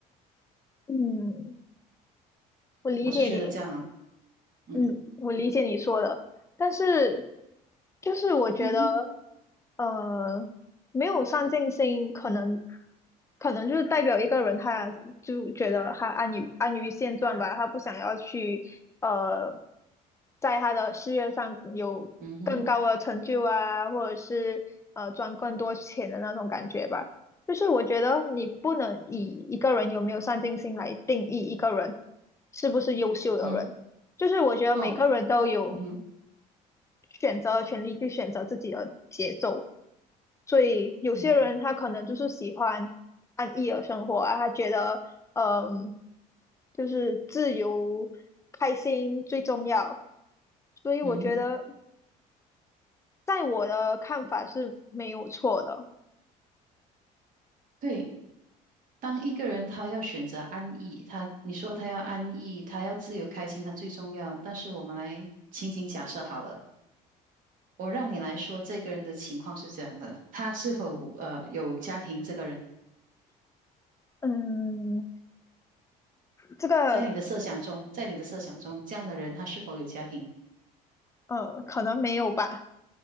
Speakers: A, on the left; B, on the right.
A: 嗯，我理解你，
B: 我是觉得这样啊，嗯
A: 嗯，我理解你说的，但是就是我觉得，
B: 嗯哼，
A: 呃，没有上进心，可能可能就是代表一个人，他就觉得他安于安于现状吧，他不想要去呃，在他的事业上有更高的成就啊，
B: 嗯哼，
A: 或者是呃赚更多钱的那种感觉吧。就是我觉得你不能以一个人有没有上进心来定义一个人是不是优秀的人。
B: 嗯哼，
A: 就是我觉得每个人都有
B: 哦，嗯哼，
A: 选择的权利去选择自己的节奏，所以有些人他可能就是喜欢安逸的生活啊，
B: 嗯
A: 他觉得嗯，就是自由开心最重要，所以我觉得
B: 嗯哼，
A: 在我的看法是没有错的。
B: 对。当一个人他要选择安逸，他你说他要安逸，他要自由开心，他最重要。但是我们来情景假设好了，我让你来说这个人的情况是这样的，他是否呃有家庭？这个人
A: 嗯，这个
B: 在你的设想中，在你的设想中，这样的人他是否有家庭
A: 呃可能没有吧，